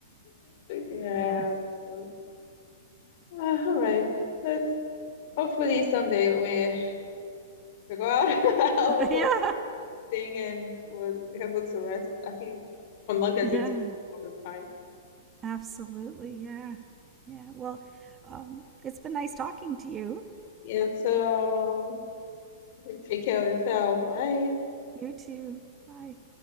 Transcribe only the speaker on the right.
Yeah.
<laughs>
yeah.
Yeah.
Absolutely. Yeah. Yeah. Well, um, it's been nice talking to you.
You too. Bye.